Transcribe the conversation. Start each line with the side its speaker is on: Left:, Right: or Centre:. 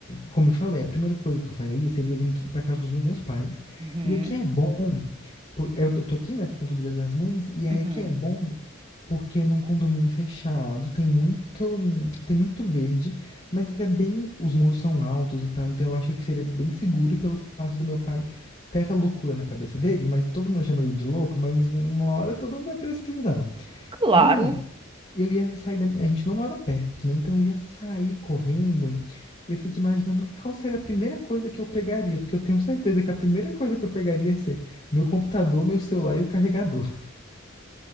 Left: como eu te falei, a primeira coisa que eu faria seria vir aqui para casa dos meus pais.
Right: Uhum,
Left: E aqui é bom, po- eu eu tô aqui, né, com todo Dia das Mães, e aí
Right: uhum.
Left: aqui é bom porque num condomínio fechado tem muito, tem muito verde, mas é bem, os muros são altos e tal, então eu achei que seria bem seguro e pelo fato do meu pai ter essa loucura na cabeça dele, mas todo mundo chama ele de louco, mas uma hora todo mundo vai precisar.
Right: Claro.
Left: E eu ia sair da. A gente não mora perto, né? Então eu ia sair correndo. eu fico imaginando qual seria a primeira coisa que eu pegaria, porque eu tenho certeza que a primeira coisa que eu pegaria ia ser meu computador, meu celular e o carregador.